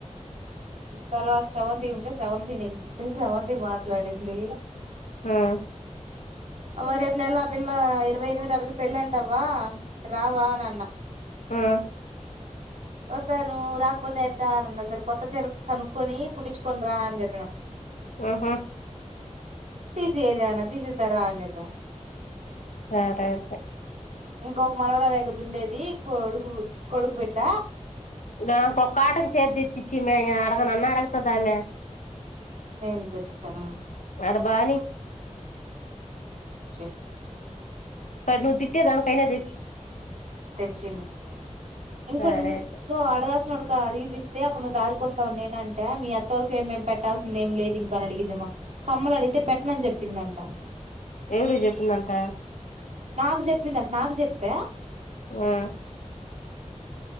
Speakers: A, on the right; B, on the left.
A: తర్వాత శ్రవంతి ఉంటే శ్రవంతి నీడికి ఇచ్చేసి శ్రవంతి మాట్లాడింది
B: మ్మ్
A: అవ్వ రేపు నెల ఆ పిల్ల ఇరవై ఎనిమిది ఆ పిల్ల పెళ్ళంటవవా రావా అన్ అన్నా
B: ఆ
A: వస్తారు నువ్ రాకపోతే ఎట్టా అన్న సరి కొత్త చీరా కనుక్కొని కుడుచుకోని రా అని చెప్పిన
B: ఉహు
A: తీసీ ఏజనా తీసీ ఇస్తారా అని చెప్ప
B: <inaudible>
A: ఇంకొక మనోరాలకదు ఉండేది కొ కొడుకు కొడుకుబిడ్ట్ట
B: నా కొక్కటం సేర్తిచ్చచ్చి మ అడగ నన్న అడగతదామే
A: నేను తెచ్చిస్తాను
B: అడబానీ
A: చె
B: ను తిట్టే దం కైనా దేచీ
A: స్టెచన్ ఇంకా
B: సరే
A: ఇం
B: అయితే
A: అడగాల్ అడిగిపిస్తేప్పుడు నువ్వు దారికోస్తవు నేన అంటే మీ అత్తవోలకి ఏం పెట్టాల్సింద ఏం లేదు ఇంక అడిగిందిమ్మా కమ్మలు అడితే పెట్టనని చెప్పిందంట
B: ఎవరు చెప్పిందంట
A: నాకు చెప్పిందింట నాకు చెప్తే
B: ఆ